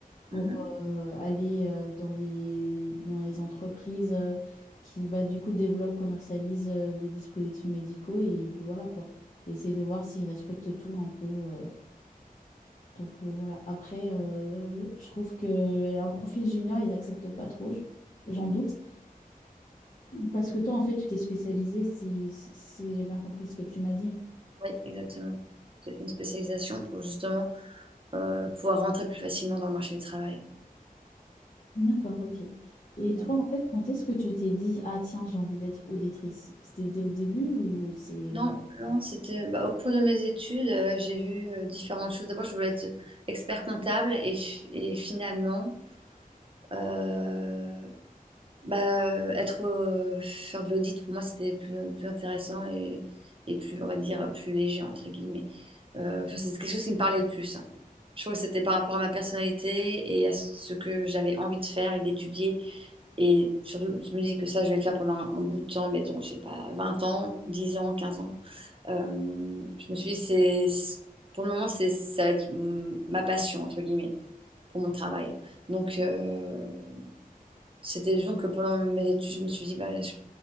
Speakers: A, on the left; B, on the right.
A: pour
B: Mhm.
A: euh, aller euh, dans les, dans les entreprises euh, qui, bah, du coup, développent, commercialisent euh, les dispositifs médicaux et puis voilà quoi. Essayer de voir s'ils respectent tout un peu. euh. Donc euh, voilà. Après, euh, je trouve que un profil junior, ils acceptent pas trop, je- j'en doute. Parce que toi, en fait, tu t'es spécialisé, si, si si j'ai bien compris ce que tu m'as dit.
B: Ouais, exactement j'ai fait une spécialisation pour justement euh, pouvoir rentrer plus facilement dans le marché du travail
A: D'accord, ok. Et
B: Ouais.
A: toi, en fait, quand est-ce que tu t'es dit, ah tiens, j'ai envie d'être auditrice? C'était dès le début ou c'est vraiment
B: Non,
A: plus tard?
B: non, c'était bah, au cours de mes études, euh, j'ai vu euh, différentes choses. D'abord, je voulais être expert comptable et, fi- et finalement, euh, bah, euh, être euh, faire de l'audit pour moi c'était plus, plus intéressant et, et plus, on va dire, plus léger entre guillemets. Euh, enfin, c'est quelque chose qui me parlait le plus. hein. Je trouve que c'était par rapport à ma personnalité et à ce que j'avais envie de faire et d'étudier. Et surtout, je me dis que ça, je vais le faire pendant un, un bout de temps, mettons, je sais pas, 20 ans, 10 ans, 15 ans. Euh, je me suis dit, c'est, pour le moment, c'est, ça va être mm, ma passion, entre guillemets, pour mon travail. Donc, euh, c'était donc que pendant mes études, je me suis dit, bah, je-